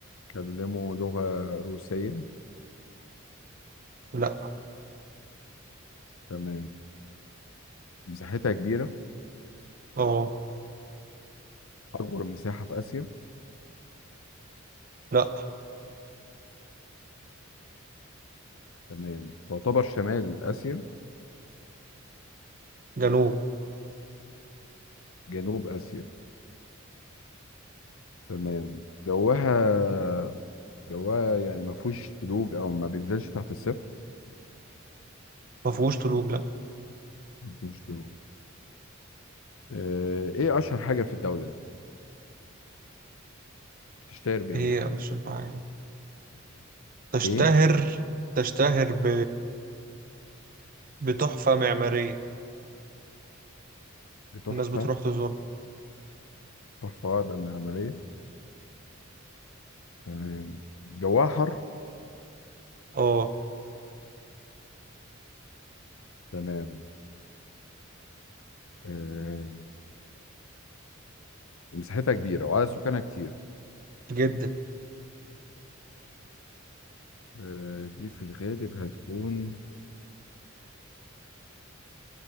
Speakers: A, on the left; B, on the right.
A: بيتكلموا لغة روسية
B: لا
A: تمام مساحتها كبيرة
B: اه
A: أكبر مساحة في آسيا
B: لا
A: تمام تعتبر شمال آسيا
B: جنوب
A: جنوب آسيا تمام جواها جواها يعني ما فيهوش تلوج او ما بينزلش تحت الصفر
B: ما فيهوش طلوع لا
A: ما فيهوش تلوج آه، ايه اشهر حاجه في الدوله دي بتشتهر بايه
B: هي عشان حاجة تشتهر
A: ايه
B: تشتهر ب... بتحفة معمارية
A: بتحفه
B: الناس بتروح تزور
A: تحفه آه، ده من عمليه تمام جواها حر
B: اه
A: تمام آه، ومساحتها كبيره وعدد سكانها كتير
B: جدا
A: آه، دي في الغالب هتكون